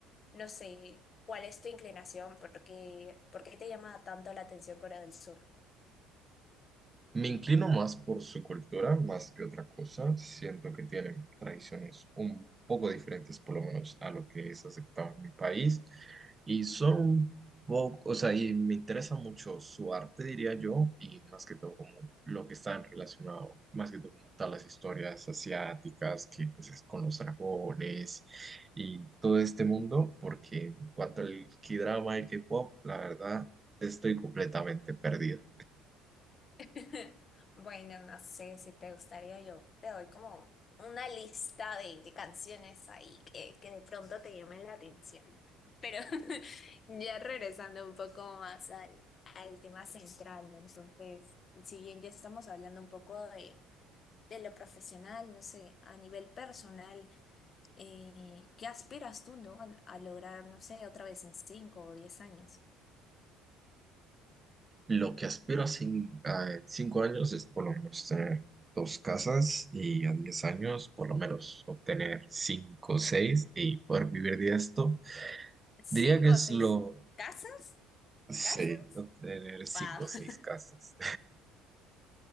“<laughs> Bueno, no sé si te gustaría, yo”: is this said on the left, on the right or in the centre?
Left